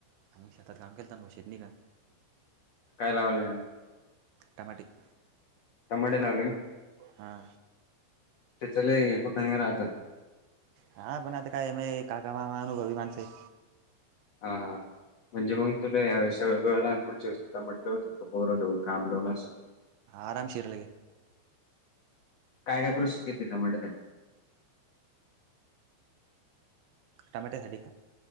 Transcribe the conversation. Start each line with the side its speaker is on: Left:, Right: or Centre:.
Right: आम्ही शेतात काम केलं ना शेत नाही का
Left: काय लावाव लागा
Right: टमाटिक
Left: टमट्या लावले का
Right: हा
Left: ते च कुठ नाही राहतात
Right: हा बनाते कायम काका मामा न अभिमानसे
Left: हा हा म्हणजे
Right: आहे
Left: मग तुला यावेेळेस सगळं लहानपुढची असत तर म्हटलं होकतों लवून काम लावून असं
Right: आरामशीरले
Left: काय काय प्रोश् घेतली त्या म्हनी
Right: टमटे साडी खा